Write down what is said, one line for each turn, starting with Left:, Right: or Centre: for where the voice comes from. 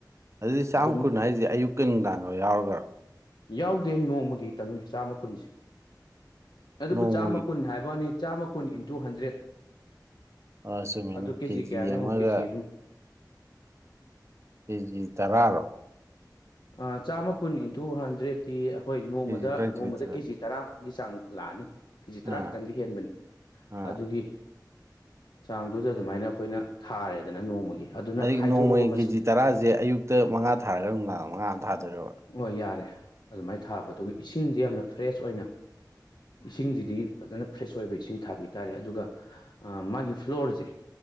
Right: ꯑꯗꯨꯗꯤ ꯆꯥꯝ
Left: ꯑꯗꯨꯝ
Right: ꯀꯨꯟ ꯍꯥꯏꯖꯦ ꯑꯌꯨꯛꯀꯤ ꯅꯨꯡꯗꯥꯡꯒ ꯌꯥꯎꯔꯒ꯭ꯔꯣ
Left: ꯌꯥꯎꯗꯦ ꯅꯣꯡꯃꯒꯤꯇꯪꯅꯦ ꯆꯥꯝꯃ ꯀꯨꯟꯁꯦ ꯑꯗꯨꯕꯨ
Right: ꯅꯣꯡꯃꯒꯤ
Left: ꯆꯥꯝꯃ ꯀꯨꯟ ꯍꯥꯏꯕꯋꯅꯤ ꯆꯥꯝꯃ ꯀꯨꯟ ꯏꯟꯇꯨ ꯍꯟꯗ꯭ꯔꯦꯠ
Right: ꯑꯥ ꯆꯨꯝꯃꯤꯅꯤ
Left: ꯑꯗꯨ ꯀꯦꯖꯤ ꯀꯌꯥꯅꯣ ꯌꯦꯡꯉꯣ
Right: ꯑꯃꯒ
Left: ꯀꯦꯖꯤ ꯑꯗꯨꯝ
Right: ꯀꯦꯖꯤ ꯇꯔꯥꯔꯣ
Left: ꯑꯥ ꯆꯥꯝꯃ ꯀꯨꯟ ꯏꯟꯇꯨ ꯍꯟꯗ꯭ꯔꯦꯗꯠꯇꯤ ꯑꯈꯣꯏ ꯅꯣꯡꯃꯗ
Right: ꯀꯦꯖꯤ ꯇꯔꯥꯅꯤꯊꯣꯏꯗꯨꯗ
Left: ꯅꯣꯡꯃꯗ ꯀꯦꯖꯤ ꯇꯔꯥꯒꯤ ꯆꯥꯡ ꯂꯥꯛꯑꯅꯤ ꯀꯦꯖꯤ ꯇꯔꯥ
Right: ꯑꯥ
Left: ꯈꯤꯇꯪꯗꯤ ꯍꯦꯟꯕꯅꯤ
Right: ꯑꯥ
Left: ꯑꯗꯨꯒꯤ ꯆꯥꯡꯗꯨꯗ ꯑꯗꯨꯃꯥꯏꯅ ꯑꯈꯣꯏꯅ ꯊꯥꯔꯦꯗꯅ ꯅꯣꯡꯃꯒꯤ ꯑꯗꯨꯅ
Right: ꯑꯗꯒꯤ
Left: ꯈꯥꯏꯗꯣꯛꯑꯒ
Right: ꯅꯣꯡꯃꯒꯤ
Left: ꯃꯁꯤꯡ
Right: ꯀꯦꯖꯤ ꯇꯔꯥꯖꯦ ꯑꯌꯨꯛꯇ ꯃꯉꯥ ꯊꯥꯔꯒ ꯅꯨꯡꯗꯥꯡ ꯃꯉꯥ ꯑꯃ ꯊꯥꯗꯣꯏꯔꯥꯕ
Left: ꯑꯣ ꯌꯥꯔꯦ ꯑꯗꯨꯃꯥꯏꯅ ꯊꯥꯕ ꯑꯗꯨꯒ ꯏꯁꯤꯡꯖꯦ ꯌꯥꯝꯅ ꯐ꯭ꯔꯦꯁ ꯑꯣꯏꯅ ꯏꯁꯤꯡꯖꯤꯗꯤ ꯐꯖꯅ ꯐ꯭ꯔꯦꯁ ꯑꯣꯏꯕ ꯏꯁꯤꯡ ꯊꯥꯕꯤ ꯇꯥꯔꯦ ꯑꯗꯨꯒ ꯑꯥ ꯃꯥꯒꯤ ꯐ꯭ꯂꯣꯔꯖꯦ